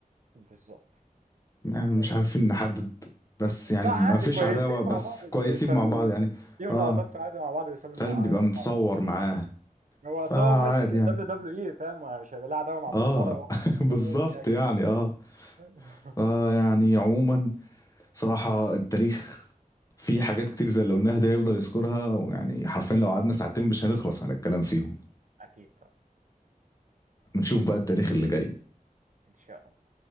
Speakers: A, on the right; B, on the left.
A: بالظبط
B: ما- مش
A: بقى.
B: عارفين نحدد بس يعني
A: لا
B: ما
A: عادي
B: فيش
A: كويسين
B: عداوة بس
A: مع بعض
B: كويسين
A: كانوا بيسلموا
B: مع بعض يعني
A: ليهم
B: اه
A: لقطات عادي مع بعض بيسلموا
B: تالب
A: على
B: بيبقى
A: بيسلموا
B: متصور
A: على بعض
B: معاه
A: هو
B: فعادي
A: أصل هو ماسك الدبليو
B: يعني
A: دبليو اي فاهم مش هيبقى له عداوه مع
B: اه
A: مصارع وهو
B: <laughs>
A: ماسك الدبليو
B: بالظبط
A: دبليو اي اكيد
B: يعني اه
A: <laughs>
B: فيعني عموما صراحة التاريخ فيه حاجات كتير زي اللي قلناها ده هيفضل يذكرها ويعني حرفيا لو قعدنا ساعتين مش هنخلص على الكلام فيهم
A: اكيد طبعا
B: فنشوف بقى التاريخ اللي جاي
A: ان شاء الله